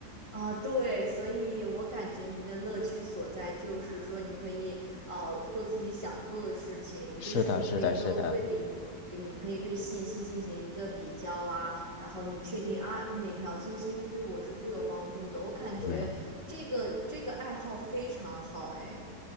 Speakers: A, on the right; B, on the left.
A: 啊，对，所以我感觉您的乐趣所在就是说，您可以呃做自己想做的事情，
B: 是的，
A: 就是你可以都对比你，
B: 是的，是的，
A: 对你可以对信息进行一个比较啊，然后你确定啊哪条信息是对我是最有帮助的。我感觉这个这个爱好非常好，
B: 对
A: 哎。